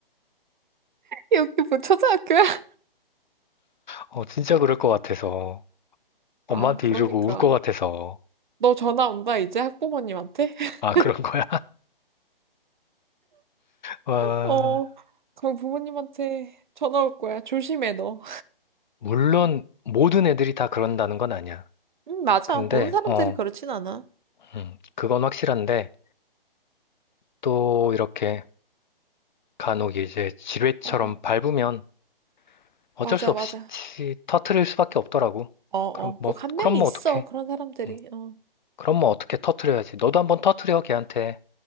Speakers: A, on the right; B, on the left.
A: 여기 뭐 초등학교야?
B: 어, 진짜 그럴 것 같아서. 엄마한테
A: 아, 그러니까.
B: 이러고 울 것 같아서.
A: 너 전화 온다, 이제 학부모님한테? <laughs>
B: 아, 그런 거야? <laughs> 와,
A: 어, 그럼 부모님한테 전화 올 거야. 조심해, 너.
B: 물론 모든 애들이 다 그런다는 건 아니야.
A: 응, 맞아.
B: 근데,
A: 모든 사람들이
B: 어,
A: 그렇진 않아.
B: 음, 그건 확실한데, 또 이렇게 간혹 이제 지뢰처럼
A: 어,
B: 밟으면 어쩔
A: 맞아,
B: 수 없이
A: 맞아.
B: 터트릴 수밖에 없더라고.
A: 어, 어,
B: 그럼 뭐,
A: 꼭 한
B: 그럼
A: 명이
B: 뭐
A: 있어,
B: 어떡해?
A: 그런 사람들이.
B: 음,
A: 어.
B: 그럼 뭐 어떻게 터트려야지. 너도 한번 터트려, 걔한테.